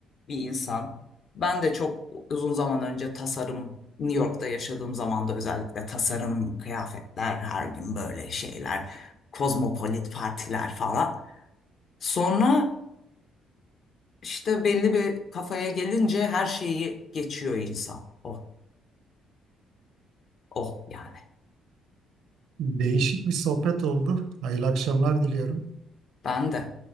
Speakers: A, on the left; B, on the right.
A: bir insan. Ben de çok uzun zaman önce tasarım, New York'ta yaşadığım zaman da özellikle tasarım, kıyafetler, her gün böyle şeyler, kozmopolit partiler falan. Sonra işte belli bir kafaya gelince her şeyi geçiyor insan. Oh, oh yani.
B: Değişik bir sohbet oldu. Hayırlı akşamlar diliyorum.
A: Ben de.